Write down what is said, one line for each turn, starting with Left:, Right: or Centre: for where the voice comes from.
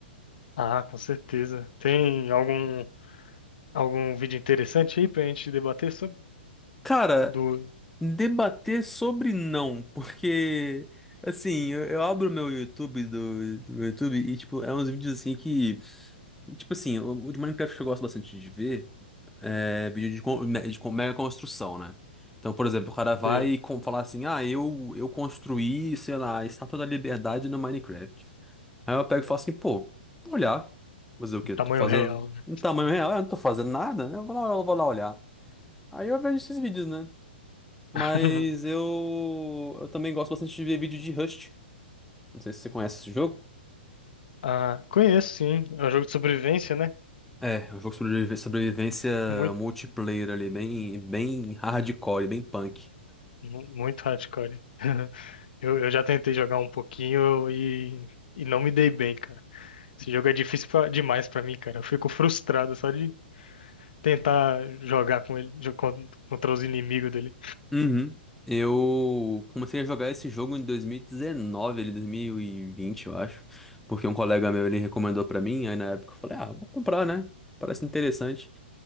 Left: Ah, com certeza. Tem algum algum vídeo interessante aí pra gente debater sobre
Centre: Cara,
Left: do,
Centre: debater sobre não, <laughs> porque assim, eu, eu abro meu YouTube do, do meu YouTube e, tipo, é uns vídeos assim que. Tipo assim, o, o de Minecraft eu gosto bastante de ver. é, vídeo de, con- me- de con- mega construção, né? Então, por exemplo, o cara vai
Left: de
Centre: e com- falar assim, ah, eu, eu construí, sei lá, a Estátua da Liberdade no Minecraft. Aí eu pego e falo assim, pô, vou olhar. Fazer o quê?
Left: tamanho
Centre: tô fazendo
Left: real, né?
Centre: em tamanho real, eu não tô fazendo nada, né? Eu vou lá, eu vou lá olhar. Aí eu vejo esses vídeos, né? Mas
Left: <laughs>
Centre: eu, eu também gosto bastante de ver vídeo de Rust. Não sei se você conhece esse jogo.
Left: Ah, conheço sim. É um jogo de sobrevivência, né?
Centre: É, é um jogo sobre sobrevive- sobrevivência
Left: Muito,
Centre: multiplayer ali, bem, bem hardcore, bem punk.
Left: mu- muito hardcore. <laughs> Eu, eu já tentei jogar um pouquinho e, e não me dei bem, cara. Esse jogo é difícil pra- demais pra mim, cara. Eu fico frustrado só de tentar jogar com ele, jo- con- contra os inimigos dele.
Centre: Uhum. Eu comecei a jogar esse jogo em 2019, ele 2020 eu acho, porque um colega meu ele recomendou pra mim, aí na época eu falei, ah, vou comprar, né? Parece interessante.